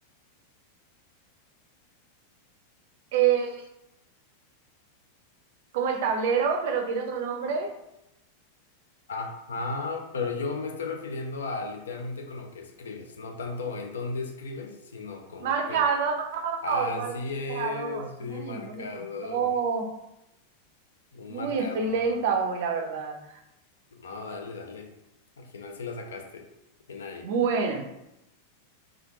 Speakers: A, on the right; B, on the left.
A: Eh, como el tablero, pero tiene otro nombre.
B: Ajá, pero yo me estoy refiriendo a literalmente con lo que escribes, no tanto en dónde escribes, sino con
A: Marcador,
B: qué. Así
A: marcador.
B: es, sí,
A: Ay,
B: marcador,
A: no me costó.
B: un
A: Uy,
B: marcador.
A: estoy lenta hoy, la verdad.
B: No, dale, dale. Al final sí la sacaste. Bien ahí,
A: Bueno,